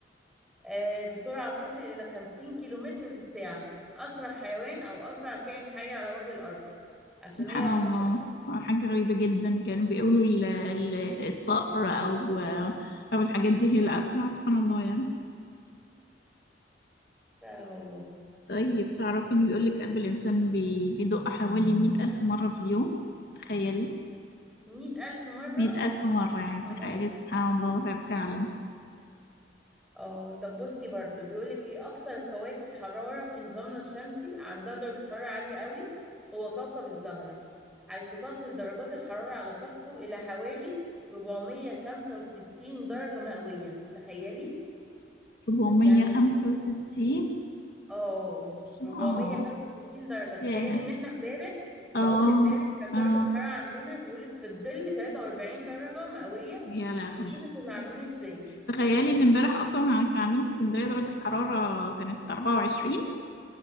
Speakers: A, in the centre; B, on the left.
A: آه، بسرعه تصل الى 50 كيلومتر في الساعه اسرع حيوان او اسرع كائن حي على وجه الارض عشان
B: سبحان
A: هي
B: الله
A: حشره
B: آه، حاجة غريبة جدا كانوا بيقولوا ال- ال- الصقر او آه، او الحاجات دي هي الاسرع سبحان الله يعني
A: فعلا والله
B: طيب تعرفي إنه بيقولك قلب الإنسان بي... بيدق حوالي مية ألف مرة في اليوم تخيلي
A: 100000 مره
B: مية ألف مرة
A: سبحان
B: يعني تخيلي
A: الله
B: سبحان الله ف- فعلا
A: اه طب بصي برضه بيقولك ايه اكثر كواكب حرارة في نظامنا الشمسي عندها درجة حرارة عالية قوي هو كوكب الزهرة حيث تصل درجات الحرارة على سطحه الى حوالي 465 درجة مئوية تخيلي
B: ربعمية
A: يعني
B: خمسة وستين
A: اه
B: سبحان
A: 465
B: الله
A: درجة تخيلي
B: ياه
A: ان احنا امبارح
B: اه
A: واول امبارح كانت
B: اه
A: درجة الحرارة عندنا بيقولك في الظل 43 درجة مئوية
B: يا لهوي
A: وشوفي كنا عاملين إيه ازاي
B: تخيلي إن امبارح أصلا يعني كان عندنا في اسكندرية درجة الحرارة كانت أربعة وعشرين